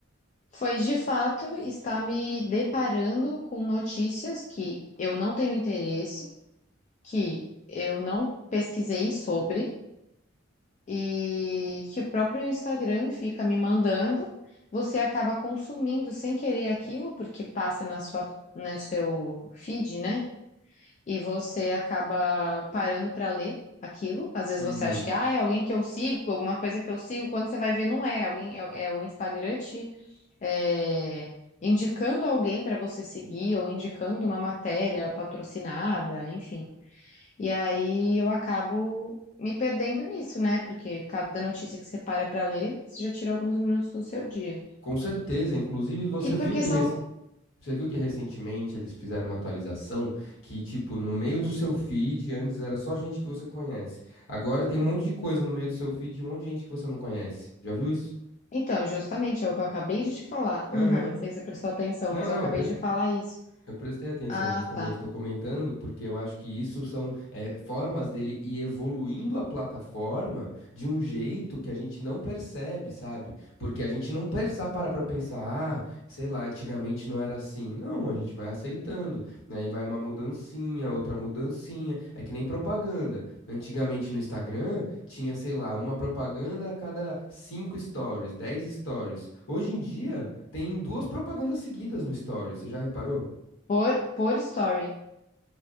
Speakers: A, on the left; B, on the left.
A: foi de fato estar me deparando com notícias que eu não tenho interesse, que eu não pesquisei sobre e que o próprio Instagram fica me mandando, você acaba consumindo sem querer aquilo, porque passa na sua, no seu feed, né? E você acaba parando para ler aquilo. Às vezes
B: Uhum.
A: você acha que ah, é alguém que eu sigo, alguma coisa que eu sigo. Quando você vai ver, não é. Alguém é, é o Instagram te é, indicando alguém para você seguir ou indicando uma matéria patrocinada, enfim. E aí eu acabo me perdendo nisso, né? Porque cada notícia que você para para ler, você já tira alguns minutos do seu dia.
B: Com certeza, inclusive você
A: E
B: viu
A: porque
B: que rec-
A: são.
B: você viu que recentemente eles fizeram uma atualização que, tipo, no meio do seu feed, antes era só gente que você conhece. Agora tem um monte de coisa no meio do seu feed de um monte de gente que você não conhece. Já viu isso?
A: Então, justamente é o que eu acabei de te falar.
B: Aham.
A: <laughs> Não sei se você prestou atenção,
B: Não,
A: mas
B: não,
A: eu acabei de falar isso.
B: Eu prestei atenção,
A: Ah,
B: justamente,
A: tá.
B: estou comentando, porque eu acho que isso são eh, formas dele ir evoluindo a plataforma de um jeito que a gente não percebe, sabe? Porque a gente não pensa, para pra pensar, ah, sei lá, antigamente não era assim. Não, a gente vai aceitando. né? Aí vai uma mudancinha, outra mudancinha. É que nem propaganda. Antigamente no Instagram tinha, sei lá, uma propaganda a cada cinco stories, 10 stories. Hoje em dia tem duas propagandas seguidas no stories, você já reparou?
A: Por, por story,